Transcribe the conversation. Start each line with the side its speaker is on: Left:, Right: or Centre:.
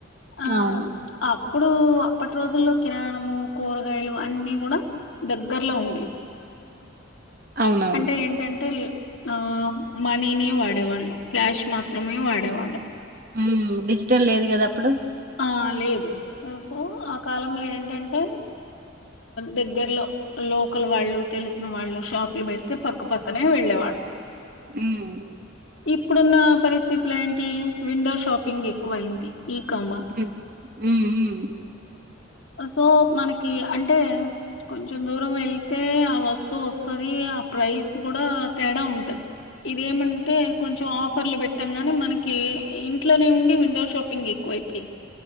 Left: అ
Right: అవును.
Left: అప్ ఇప్పుడు అప్పటి రోజుల్లో కిరాణము కూరగాయలు అన్నీ కూడా దగ్గరలో ఉండేవి
Right: అవునవును.
Left: అంటే ఏంటంటే ఆ మనీని వాడేవాళ్ళు క్యాష్ మాత్రమే వాడేవాళ్ళు
Right: హ్మ్ డిజిటల్ లేదు కదా అప్పుడు
Left: ఆ లేదు సో ఆ కాలంలో ఏంటంటే దగ్గరలో లోకల్ వాళ్ళు తెలిసిన వాళ్ళు షాప్లు పెడితే పక్కపక్కనే వెళ్ళేవాళ్ళం
Right: హ్మ్
Left: ఇప్పుడున్న పరిస్థితులు ఏంటి విండో షాపింగ్ ఎక్కువ అయింది ఈకామర్స్
Right: హ్మ్. హ్మ్ మ్మ్
Left: సో మనకి అంటే కొంచెం దూరం వెళ్తే ఆ వస్తువు వస్తది. ఆ ప్రైస్ కూడా తేడా ఉంటది. ఇదేమంటే కొంచెం ఆఫర్లు పెట్టంగానే మనకి ఇంట్లో ఉండి విండో షాపింగ్ ఎక్కువ అయిపోయింది.